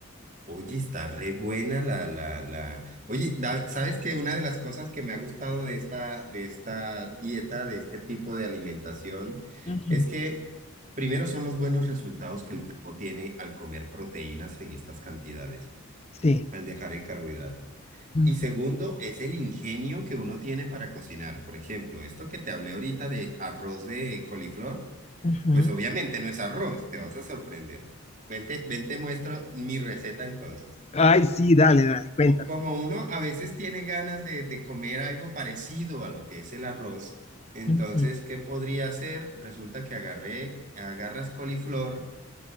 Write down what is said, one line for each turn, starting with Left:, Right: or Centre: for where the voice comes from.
Right: Oye, está re buena la, la, la. Oye, da- ¿sabes que Una de las cosas que me ha gustado de esta, de esta dieta, de este tipo de alimentación,
Left: Ujú.
Right: es que primero son los buenos resultados que el cuerpo tiene al comer proteínas en estas cantidades,
Left: Sí.
Right: al dejar el carbohidrato.
Left: Ujú,
Right: Y segundo, es el ingenio que uno tiene para cocinar. Por ejemplo, esto que te hablé ahorita de arroz de coliflor,
Left: ujú.
Right: pues obviamente no es arroz, te vas a sorprender. Vente, ven, te muestro mi receta entonces.
Left: Ay, sí, dale, dale, cuéntame.
Right: Como uno a veces tiene ganas de, de comer algo parecido a lo que es el arroz, entonces,
Left: Ujú,
Right: ¿qué podría hacer? Resulta que agarré, agarras coliflor,